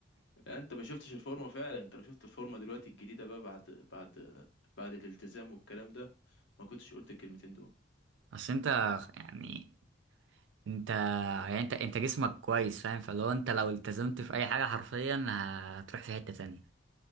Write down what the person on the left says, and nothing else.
لا، انت ما شفتش الفورمه فعلا انت لو شفت الفورمه دلوقتي الجديده بقى بعد بعد بعد الالتزام والكلام ده ما كنتش قلت الكلمتين دول